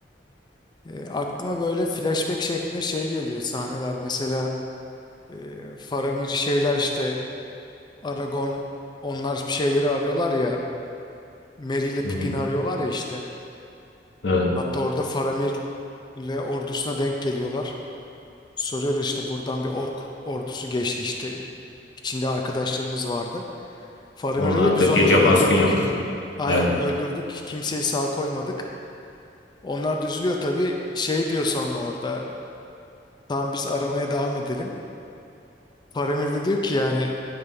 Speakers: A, on the left; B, on the left.
A: Eee, aklıma böyle flashback şeklinde şey geliyor sahneler mesela E, Faramir şeyler işte Aragon onlar bir şeyleri arıyorlar ya Merry ile Pippin'i
B: Hı hı.
A: arıyorlar ya işte.
B: Evet.
A: Hatta orada Faramir'le ordusuna denk geliyorlar. Soruyorlar işte buradan bir ork ordusu geçti işte içinde arkadaşlarımız vardı. Faramir'e
B: Onlar
A: de biz
B: da gece
A: onları öldürdük.
B: baskın yaptık.
A: Aynen
B: Evet.
A: öldürdük. Kimseyi sağ koymadık. Onlar da üzülüyor tabii. Şey diyor sonra orada. Tamam biz aramaya devam edelim. Faramir de diyor ki yani